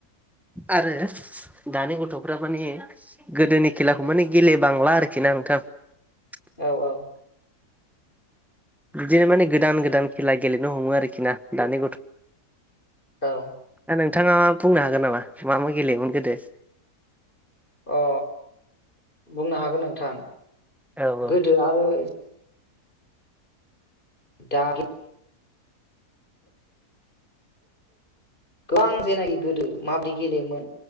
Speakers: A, in the centre; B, on the left.
A: आरो दानि गथ'फ माने गोदोनि खेलाखौ माने गेलेबांला आरोखि ना नोंथाङ <unintelligible> <inaudible>
B: औ औ
A: बिदिनो माने गोदान गोदान खेला गेलेनो हमो आरोखि ना दानि गथ'
B: औ
A: दा नोंथाङा बुंनो हागोन नामा मा मा गेलेयोमोन गोदो
B: अ बुंनो हागोन नोंथां
A: औ औ
B: गोदो आरो दा गोबां जेनाखि गोदो माबोरै गेलेयोमोन